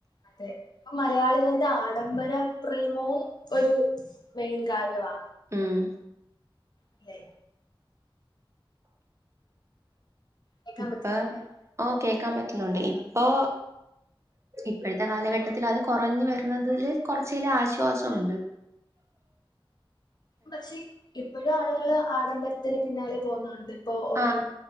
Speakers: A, on the left; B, on the right.
A: അതെ അപ്പൊ മലയാളികളുടെ ആഡംബര പ്രേമവും ഒരു മെയിൻ കാര്യവാ
B: ഉം
A: അല്ലെ കേക്കാൻ
B: ഇപ്പൊ
A: പറ്റുന്നില്ലേ
B: ആ കേക്കാൻ പറ്റുന്നുണ്ട് ഇപ്പൊ ഇപ്പഴത്തെ കാലഘട്ടത്തിൽ അത് കൊറഞ്ഞ് വരുന്നതില് കൊറച്ചില ആശ്വാസംണ്ട്
A: പക്ഷെ ഇപ്പഴും ആളുകള് ആഡംമ്പ രത്തിന് പിന്നാലെ പോകുന്നുണ്ട് ഇപ്പൊ ഓരോ
B: ആഹ്